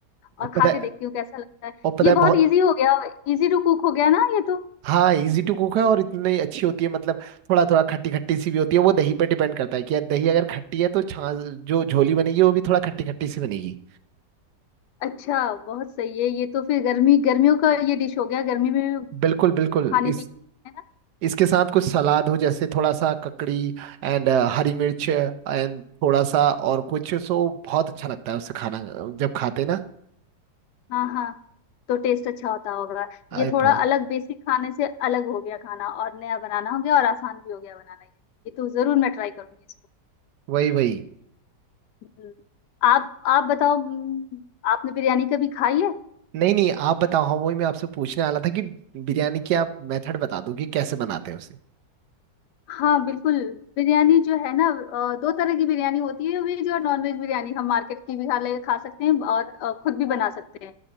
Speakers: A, on the right; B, on the left.
A: और
B: और
A: पता
B: खा के
A: है
B: देखती हूँ कैसा लगता है
A: और पता
B: ये
A: है
B: बहुत
A: बहुत
B: इजी हो गया इजी टू कुक हो गया ना ये तो
A: हाँ इजी टू कुक है और इतनी अच्छी होती है मतलब थोड़ा थोड़ा खट्टी खट्टी सी भी होती है वो दही पे डिपेंड करता है कि यार दही अगर खट्टी है तो छाछ जो झोली बनेगी वो भी थोड़ा खट्टी खट्टी सी बनेगी
B: अच्छा बहुत सही है ये तो फिर गर्मी गर्मियों का ये डिश हो गया गर्मी में भी
A: बिल्कुल बिल्कुल
B: खाने
A: इस
B: पीने है ना
A: इसके साथ कुछ सलाद हो जैसे थोड़ा सा ककड़ी एंड हरी मिर्च एंड थोड़ा सा और कुछ सो बहुत अच्छा लगता है उससे खाना अ, जब खाते हैं ना
B: हाँ हाँ तो टेस्ट अच्छा होता होगा
A: अरे
B: ये थोड़ा
A: बहुत
B: अलग बेसिक खाने से अलग हो गया खाना और नया बनाना हो गया और आसान भी हो गया बनाना ये ये तो जरूर मैं ट्राई करूंगी इसको
A: वही वही
B: हम्म, आप आप बताओ हम्म, आपने बिरयानी कभी खाई है
A: नहीं नहीं आप बताओ हाँ वही मैं आपसे पूछने वाला था कि बिरयानी की आप मेथड बता दो कि कैसे बनाते हैं उसे
B: हाँ बिल्कुल बिरयानी जो है ना अ, दो तरह की बिरयानी होती है वेज और नॉन वेज बिरयानी हम मार्केट की भी खा ले खा सकते हैं और अ, खुद भी बना सकते हैं